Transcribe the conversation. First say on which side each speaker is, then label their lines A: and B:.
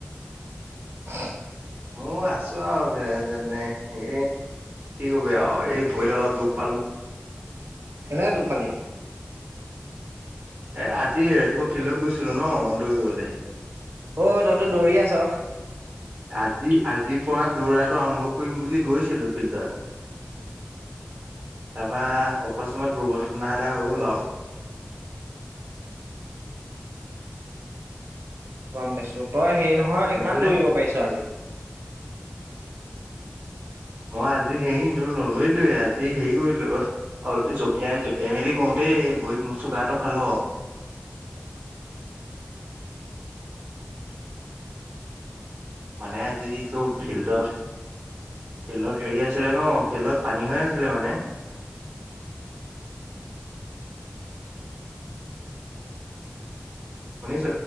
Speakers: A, on the right; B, on the right.
A: হো
B: মই আছো আৰু যে তেনে এই কি কবি আৰু এই ভৰি ডালত দুখ পালো।
A: কেনেকে দুখ পালি
B: এ আজি ৰাতিপুৱা ফিল্ডত গৈছিলো ন দৌৰিবলৈ
A: অ তইতো দৌৰি আছ
B: আজি আজিৰ পৰা দৌৰাটো আৰম্ভ কৰিম বুলি গৈছিলো ফিল্ডত, তাৰপা অকস্মাত দুৰ্ঘটনা এটা হৈ গল আৰু
A: গম পাইছো তই হেৰি নহয়
B: শুনিছানে
A: ইমান দৌৰিব পাৰিছো আজি
B: মই আজি হেৰি ত নদৌৰিলোঁ য়ে, আজি হেৰি কৰিলো অ জঁপিয়াই জঁপিয়াই মেলি কৰোঁতেই ভৰিত মোচোকাটো খালো আৰু। মানে আজিটো ফিল্ডত ফিল্ডত হেৰি আছিলে ন ফিল্ডত পানী হৈ আছিলে মানে। শুনিছ